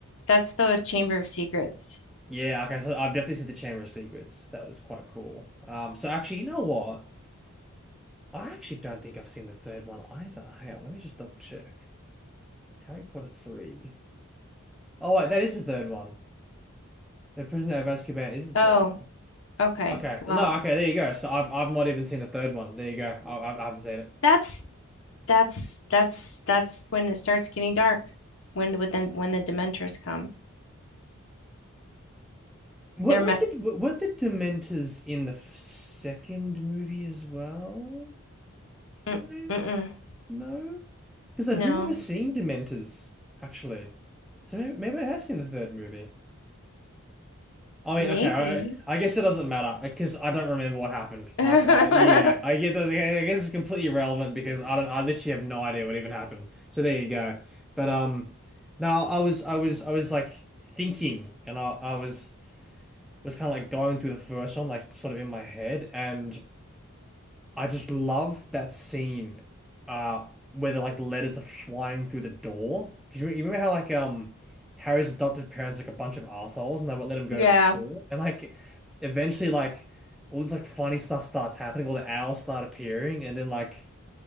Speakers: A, on the left (about 60°); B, in the centre.
A: that's the Chamber of Secrets.
B: Yeah. Okay. So I've definitely seen the Chamber of Secrets. That was quite cool. Um. So actually, you know what? I actually don't think I've seen the third one either. Hang on. Let me just double check. Harry Potter three. Oh wait, that is the third one. The Prisoner of Azkaban is the
A: Oh,
B: third one.
A: okay.
B: Okay.
A: Well,
B: No. Okay. There you go. So I've I've not even seen the third one. There you go. I, I I haven't seen it.
A: that's that's that's that's when it starts getting dark. When the when the, when the Dementors come,
B: What
A: they're
B: what
A: met.
B: the what, what the Dementors in the f- second movie as well?
A: Mm,
B: No,
A: mm-mm.
B: no, because I
A: No,
B: do remember seeing Dementors actually. So maybe, maybe I have seen the third movie. I mean,
A: maybe.
B: okay, I, I guess it doesn't matter because I don't remember what happened.
A: <laughs>
B: Like, I, yeah, I get that. I guess it's completely irrelevant because I don't. I literally have no idea what even happened. So there you go. But um, now I was I was I was like thinking, and I I was. was kind of like going through the first one, like sort of in my head, and I just love that scene, uh, where the like letters are flying through the door. Because you, you remember how like um Harry's adopted parents like a bunch of assholes and they won't let him go
A: Yeah,
B: to the school, and like eventually like all this like funny stuff starts happening, all the owls start appearing, and then like